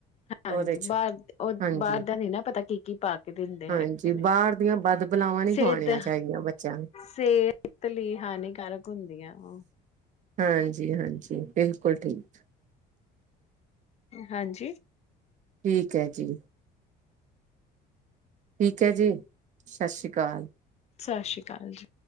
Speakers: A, on the left; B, on the right.
A: ਹਾਂਜੀ,
B: ਉਹਦੇ ਚ
A: ਬਾਹਰ ਉਹ
B: ਹਾਂਜੀ
A: ਬਾਹਰ ਦਾ ਨੀ ਨਾ ਪਤਾ ਕੀ ਕੀ ਪਾ ਕੇ ਦਿੰ ਹੈਗੇ
B: ਹਾਂਜੀ
A: ਨੇ,
B: ਬਾਹਰ ਦੀਆਂ ਬਦ ਬਲਾਵਾਂ ਨਹੀਂ
A: ਸਿਹਤ
B: ਖਵਾਉਣੀਆਂ ਚਾਹੀਦੀਆਂ ਬੱਚਿਆਂ ਨੂੰ
A: ਸਿਹਤ ਲਈ ਹਾਨੀਕਾਰਕ ਹੁੰਦੀਆਂ ਆ ਉਹ।
B: ਹਾਂਜੀ ਹਾਂਜੀ ਬਿਲਕੁਲ ਠੀਕ।
A: ਹਾਂਜੀ।
B: ਠੀਕ ਹੈ ਜੀ। ਠੀਕ ਹੈ ਜੀ, ਸਤਿ ਸ਼੍ਰੀ ਅਕਾਲ।
A: ਸਤਿ ਸ਼੍ਰੀ ਅਕਾਲ ਜੀ।